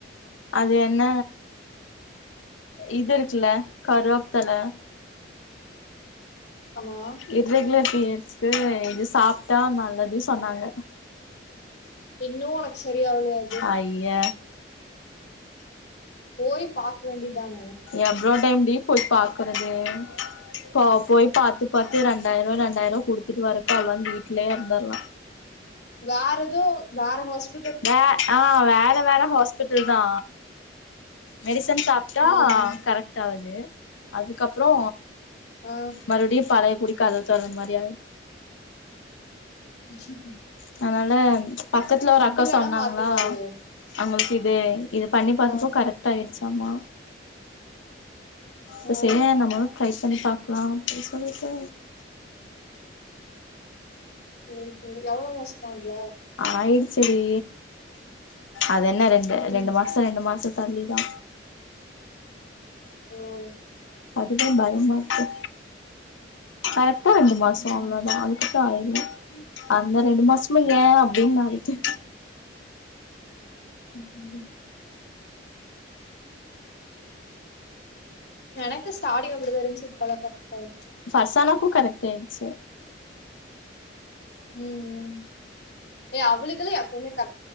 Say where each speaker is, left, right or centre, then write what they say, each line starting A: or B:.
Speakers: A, on the left; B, on the left.
A: அது என்ன இது இருக்குல கருவேப்பில
B: ஆமா
A: இர்ரெகுலர் பீரியட்ஸ்க்கு இது சாப்ட்டா நல்லது சொன்னாங்க
B: இன்னு உனக்கு சரியாகலையா
A: ஐய
B: போய் பாக்க வேண்டிதான
A: எவ்வளோ டைம் டி போய் பாக்குறது போ போய் பாத்து பாத்து ரெண்டாயிரோ ரெண்டாயிரோ குடுத்துட்டு வரக்கு அல்லா வீட்லயே இருந்தர்லா
B: வேறதோ வேற ஹாஸ்
A: வே ஆ வேற வேற ஹாஸ்பி ட்டல் தா மெடிசன் சாப்ட்டா
B: ம் ம்
A: கரெக் டாகுது அதுக்கப்புறோ
B: ஆ
A: மறுபடியு பழைய கூடி கதவ தொறன் மாரி ஆயி
B: <inaudible>
A: அதனால பக்கத்துல
B: ஃபுட்டு
A: ஒரு அக்கா
B: வேணா
A: சொன்னாங்களா
B: மாத்திப்பாரு
A: அவுங்களுக்கு இது இது பண்ணி பாத்தப்போ
B: ஆ
A: கரெக்ட் ஆயிடுச்சாமா இப்ப
B: ஆ
A: செரியா நம்மளு ட்ரை பண்ணி பாக்கலா அப்டின்னு சொல்லிட்டு
B: ம் ம் எவ்ளோ வருஷமா இல்ல
A: ஆயிடுச்சுடி அது என்ன ரெண்டு
B: ம்
A: ரெண்டு மாச ரெண்டு மாச தள்ளிதா
B: ஓ
A: அதுவே பயமா இருக்கு கரெக்டா ரெண்டு மாச
B: ம்
A: அவ்ளோதா அதுக்கு தாயில்ல அந்த ரெண்டு மாசமு ஏன் அப்டின்னு நா இருக்கே
B: ம் எனக்கு ஸ்டார்டிங் அப்டிதா இருந்துச்சு இப்ப எல்லா கரெக்ட்டா வருது
A: ஃபர்சானாக்கு கரெக்ட் ஆயிடுச்சு
B: ம் ஏ அவளுக்கெல்லா எப்பவுமே கரெக்